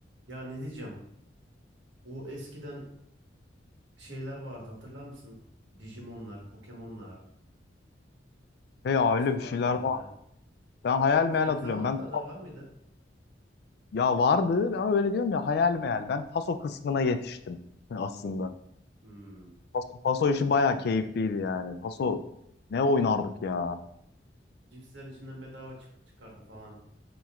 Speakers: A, on the right; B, on the left.
A: Ya ne diyeceğim? O eskiden şeyler vardı hatırlar mısın? Digimonlar, Pokemonlar,
B: He ya
A: tasolar
B: öyle bir şeyler
A: vardı.
B: var. Ben hayal meyal
A: Senin
B: hatırlıyorum.
A: zamanında
B: Ben Taso
A: da var mıydı?
B: Ya vardı ama öyle diyorum ya hayal meyal. Ben Taso kısmına yetiştim <laughs> aslında.
A: Hmm.
B: Taso, Taso işi bayağı keyifliydi yani. Taso ne oynardık ya.
A: Cipslerin içinden bedava çık çıkardı falan.